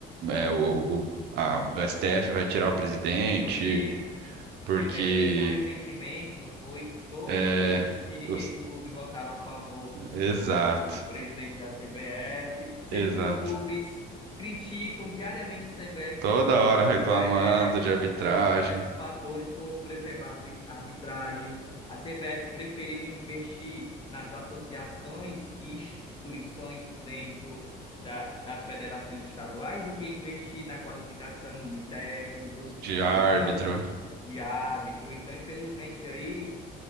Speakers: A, on the right; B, on the left.
A: é, o, o, a- o STF vai tirar o presidente,
B: Eu vi.
A: porque.
B: Teve a eleição recentemente, não foi? Todos
A: é,
B: os dirigentes
A: os-
B: do clube votaram a favor
A: Exato,
B: do, do presidente da CBF, sendo
A: exato.
B: que os clubes criticam diariamente a CBF
A: Toda
B: por conta
A: hora
B: de, diver,
A: reclamando
B: é,
A: de arbitragem,
B: por conta de diversos fatores, como, por exemplo, a arbi- a arbitragem. A CBF preferiu investir nas associações e instituições dentro da, das federações estaduais do que investir na qualificação de técnicos.
A: de árbitro.
B: Então de árbitro. Então, infelizmente, aí,